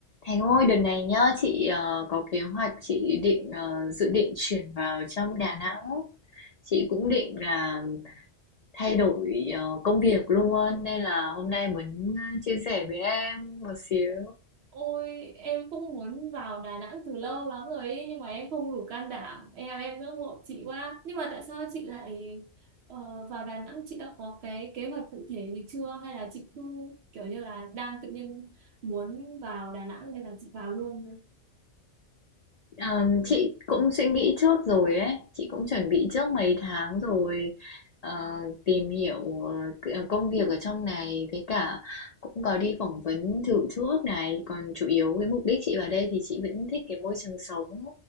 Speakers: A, on the left; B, on the right.
A: Thành ơi, đợt này nhá, chị ờ, có kế hoạch chị định ờ, dự định chuyển vào trong Đà Nẵng. Chị cũng định là thay đổi ờ, công việc luôn nên là hôm nay muốn ờ, chia sẻ với em một xíu.
B: Ôi em cũng muốn vào Đà Nẵng từ lâu lắm rồi ấy, nhưng mà em không đủ can đảm em em ngưỡng mộ chị quá nhưng mà tại sao chị lại ờ, vào Đà Nẵng chị đã có cái kế hoạch cụ thể gì chưa hay là chị cứ kiểu như là đang tự nhiên muốn vào Đà Nẵng nên là chị vào luôn
A: Ờm, chị cũng suy nghĩ trước rồi ấy, chị cũng chuẩn bị trước mấy tháng rồi ờ, tìm hiểu ờ, c- ờ, công việc ở trong này với cả cũng có đi phỏng vấn thử trước này, còn chủ yếu cái mục đích chị vào đây thì chị vẫn thích cái môi trường sống